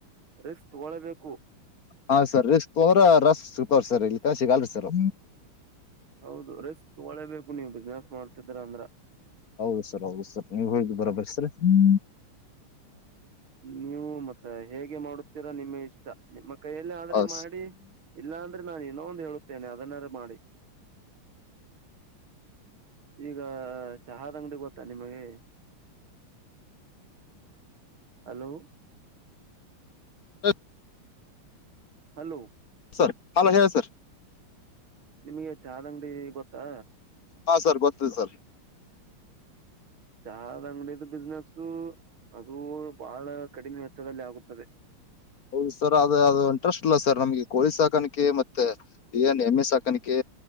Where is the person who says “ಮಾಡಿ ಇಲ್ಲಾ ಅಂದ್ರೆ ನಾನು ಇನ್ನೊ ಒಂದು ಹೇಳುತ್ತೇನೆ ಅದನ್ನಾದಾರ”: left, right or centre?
Right